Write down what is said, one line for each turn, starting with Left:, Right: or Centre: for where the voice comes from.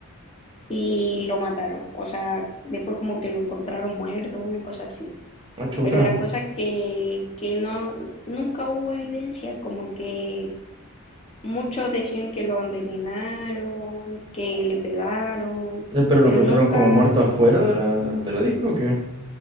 Left: y lo mataron. O sea, después como que lo encontraron muerto, una cosa así.
Right: ah, chuta.
Left: Pero la cosa es que, que no, nunca hubo evidencia como que Muchos decían que lo envenenaron, que le pegaron,
Right: Eh, ¿Pero
Left: pero
Right: lo encontraron
Left: nunca,
Right: como muerto afuera de la, de la disco o qué?